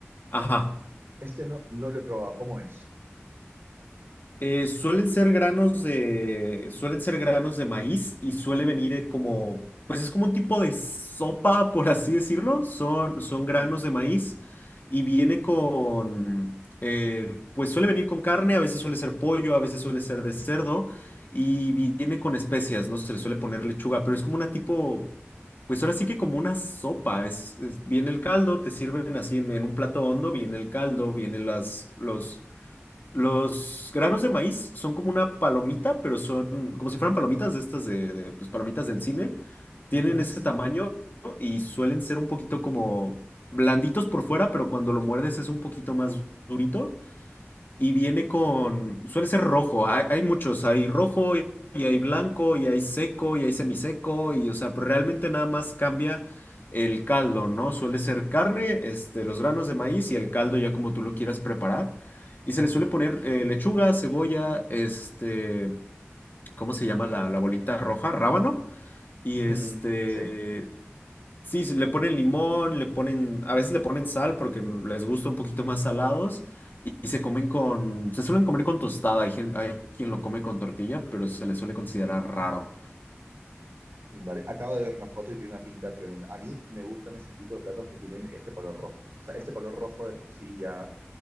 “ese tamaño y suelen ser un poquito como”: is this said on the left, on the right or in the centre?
Left